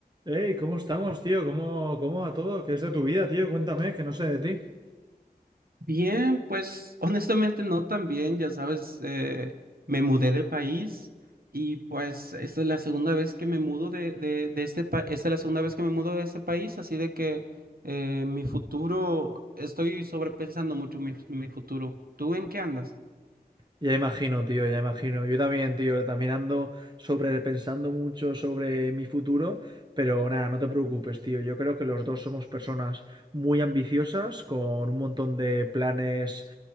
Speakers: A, on the right; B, on the right.
A: Hey, ¿cómo estamos, tío? ¿Cómo, cómo va todo? ¿Qué es de tu vida, tío? Cuéntame, que no sé de ti.
B: Bien, pues honestamente no tan bien, ya sabes, eh, me mudé de país y pues esta es la segunda vez que me mudo de, de, de este país, esta es la segunda vez que me mudo de este país, así de que eh, mi futuro, estoy sobrepensando mucho mi, mi futuro. ¿Tú en qué andas?
A: Ya imagino, tío, ya imagino. Yo también, tío, también ando sobre pensando mucho sobre mi futuro, pero nada, no te preocupes, tío. Yo creo que los dos somos personas muy ambiciosas, con un montón de planes